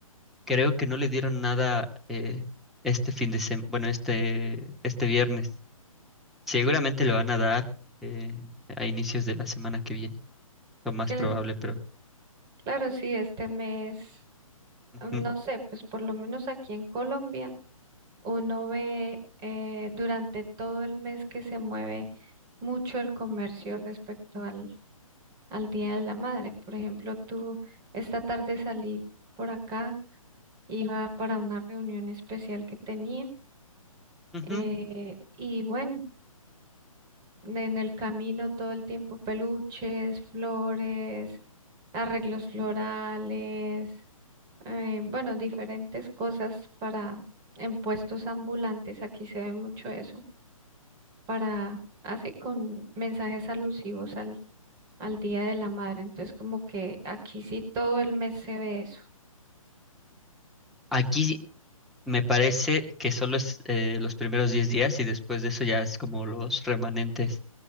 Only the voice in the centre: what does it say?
creo que no le dieron nada eh, este fin de semana, bueno, este, este viernes. Seguramente le van a dar eh, a inicios de la semana que viene, lo más
probable, pero
ujú,
ujú.
Aquí me parece que solo es eh, los primeros 10 días y después de eso ya es como los remanentes.